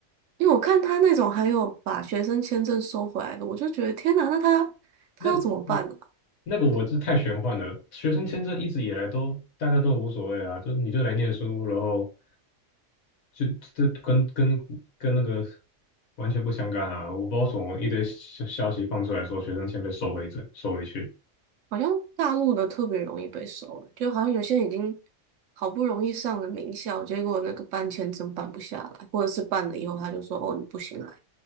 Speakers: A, on the right; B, on the left.
A: 因为我看他那种还有把学生签证收回来的，我就觉得天哪，那他他要怎么办呢、
B: 那我那个我是太玄幻了。学生签证一直以来都大家都无所谓啊，就你就来念书，然后就这跟跟跟那个完全不相干啊。我不知道什么一堆消消息放出来说学生签被收回这收回去，
A: 好像大陆的特别容易被收，就好像有些人已经好不容易上了名校，结果那个办签证办不下来，或者是办了以后他就说哦你不行来